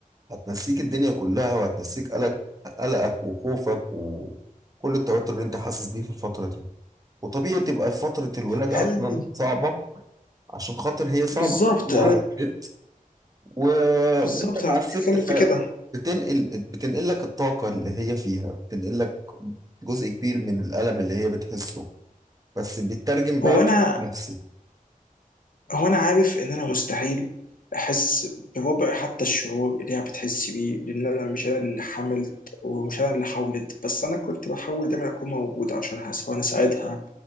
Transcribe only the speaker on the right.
هتنسيك الدنيا كلها وهتنسيك قلق قلقك وخوفك وكل التوتر اللي انت حاسس بيه في الفترة دي وطبيعي تبقى فترة الولادة
أصلا صعبة عشان خاطر هي صعبة
على الست و-
وانت مع
الست فبتنقل
بتنقل لك الطاقة اللي هي فيها بتنقل لك جزء كبير من الألم اللي هي بتحسه بس بيترجم بقى
بشكل
نفسي